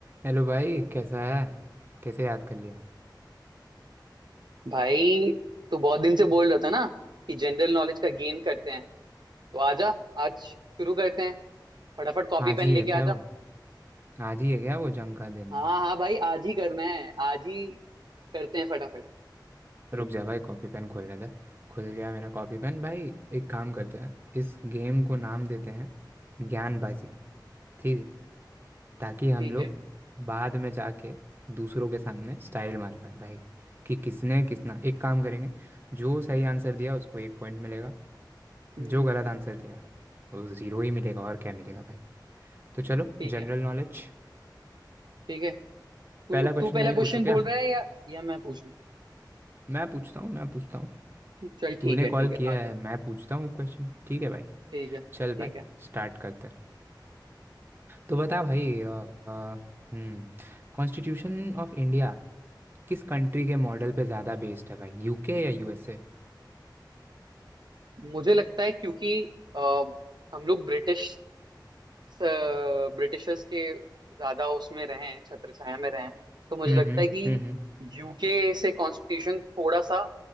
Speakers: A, on the right; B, on the right.
A: Hello भाई कैसा है कैसे याद कर लिया
B: भाई तू बहुत दिन से बोल रहा था ना कि जनरल नॉलेज का गेम करते हैं तो आजा आज शुरू करते हैं फटाफट कॉपी
A: आज
B: पेन
A: ही
B: लेके
A: है
B: आजा
A: क्या वो आज ही है क्या वो जंग का दिन
B: हाँ हाँ भाई आज ही करना है आज ही करते हैं फटाफट
A: रुक जा भाई कॉपी पेन खोलने दे खुल गया मेरा कॉपी पेन भाई एक काम करते हैं इस गेम को नाम देते हैं ज्ञानबाजी ठीक है ताकि हम
B: ठीक
A: लोग
B: है
A: बाद में जाके दूसरों के सामने स्टाइल मार पाए भाई कि किसने किसना एक काम करेंगे जो सही आंसर दिया उसको एक पॉइंट मिलेगा
B: हम्म
A: जो
B: हम्म,
A: गलत आंसर दिया वो जीरो ही मिलेगा और क्या मिलेगा भाई तो चलो
B: ठीक
A: जनरल
B: है
A: नॉलेज
B: ठीक है तू
A: पहला क्वेश्चन
B: तू पहला
A: मैं ही
B: क्वेश्चन
A: पूछूं क्या
B: बोल रहा है या या मैं पूछूं
A: मैं पूछता हूँ मैं पूछता हूँ
B: चल
A: तूने
B: ठीक है
A: कॉल
B: ठीक है
A: किया
B: आजा
A: है मैं पूछता हूँ क्वेश्चन ठीक है भाई
B: ठीक है ठीक
A: चल भाई
B: है
A: स्टार्ट करते हैं तो बता भाई अ, अ, हम्म कॉन्स्टिट्यूशन ऑफ इंडिया किस कंट्री के मॉडल पे ज़्यादा बेस्ड है भाई यूके या यूएसए
B: मुझे लगता है क्योंकि अ, हम लोग ब्रिटिश ब्रिटिशर्स के ज्यादा उसमें रहे हैं छत्र छाया में रहे हैं तो मुझे
A: हम्म
B: लगता
A: हम्म
B: है कि
A: हम्म हम्म।
B: यूके से कॉन्स्टिट्यूशन थोड़ा सा